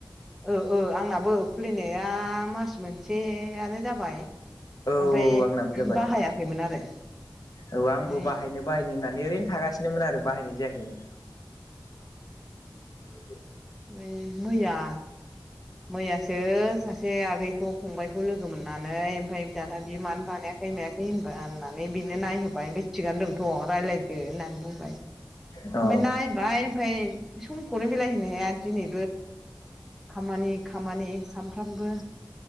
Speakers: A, in the centre; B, on the left.
A: ओ ओ आंनाबो खुलिनाया मास मोनसेयानो जाबाय
B: औ
A: आमफाय
B: आंनाबो जाबाय
A: बाहायाखैमोन आरो
B: औ
A: ओमफ्राय
B: आंबो बाहायनो बाहायनो होननानै ओरैनो थागासिनोमोन आरो बाहायनाय जायाखैनो <unintelligible> <unintelligible>
A: ए मैया मैयासो सासे आगैखौ फंबायखौ लोगो मोननानै ओमफ्राय दाना बि मानो बानायाखै मायाखै होनबा होननानै बिनो नायहोबाय ओमफफ्राय थिगानो दंथ' रायज्लायदो होननानै बुंबाय
B: अ
A: ओमफ्राय नायबाय ओमफाय समखौनो मिलायहोनो हाया दिनै खामानि खामानि सानफ्रामबो